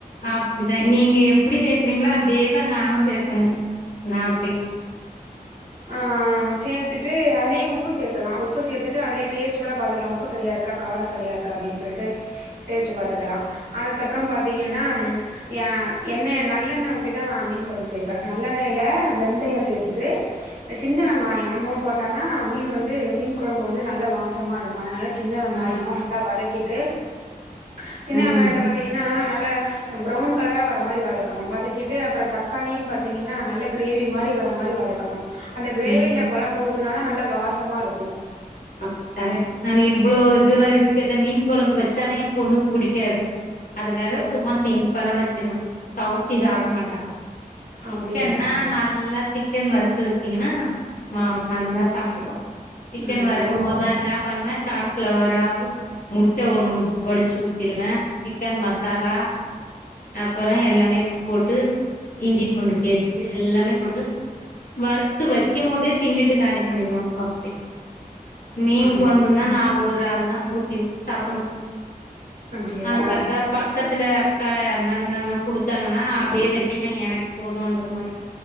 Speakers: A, on the left; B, on the right.
A: அப்டித்தா நீங்க எப்படி கே சேக்குறீங்களோ அதேதா நானு சேப்பேங்க நா அப்டி
B: ஆஹ் சேத்து டு அதிலேயே உப்பு சேர்த் பத்துக்கல உப்பு சேர்த்துட்டு அதிலே டேஸ்ட் கூட பாத்தக்கலா உப்பு சரியா இருக்கா காரம் சரியா இருக்கா அப்டின்னு சொல்லிட்டு டேஸ்ட்டு பார்த்துக்கலா அதுக்கப்புற பாத்தீங்கன்னா எய எண்ணெ நல்லெண்ணெ ஊத்தி தா நா மீன் குழம்பு செய்வேன் நல்லெண்ணைல வெந்தய சேர்த்துட்டு சின்ன வெங்காய போட்ட தா மீன் வந்து மீன் குழம்பு வந்து நல்ல வாசமா இருக்கு அதனால சின்ன வெங்காயம்
A: ஆ
B: நல்லா வதக்கிட்டு ட்டு சின்ன
A: ம்
B: வெங்காயத்த பாத்தீங்கன்னா ந லா ப்வுன் கலரா வர மாரி வதக்கணும் வதக்கிட்டு அப்புறம் தக்காளியும் பத் பாத்தீங்கன்னா நல்ல கிரேவி மாரி வர மாரி வதக்கணும் அந்த கிரேவில
A: ம்
B: கொழம்ப ஊத் அதனால நல்ல வாசமா இருக்கு
A: அப் கரெட் நாங்க இவ்ளோ இததுல்லா இருக்கத மீன் கொழம்பு வச்சாலே என் பொண்ணுக்கு புடிக்காது அதுக்காக
B: ஓ
A: சும்மா சிம்பலா வச்சிருவே கவுச்சி சாப்ட மாட்டா சிக்கன்னா
B: அப்டியா
A: நல்லா சிக் சிக்கன் வறுத்து வச்சீங்கன்னா மா நல்லா சாப்டுப்பா சிக்கன்
B: ஆமா
A: வறு இருக்கும்
B: என்
A: போது என்ன பண்ணுவேன் கான் ப்ளவராவு முட்ட ஒண்ணு ஒடைச்சு ஊத்திருவே சிக்கன் மசாலா அப்புற எல்லாமே போட்டு இஞ்சி பூண்டு பேஸ்ட் எல்லாமே போட்டு வறுத்து வைக்கும்போதே தின்னுட்டு காலி பண்ணிடுவாங்க அப்டி மீன்
B: ஆமா
A: கொழம்புனா நாஓ ரால் தான் ஊட்டிவுட்டு சாப்புணும்
B: அப்டியா
A: அதுக்காக பக்கத்துல அக்கா அண்ணா இருந்தாங்கன்னா குடுத்தாங்கன்னா அதையே வச்சுப்பேன் எனக்கு போதும்ன்ற மாரி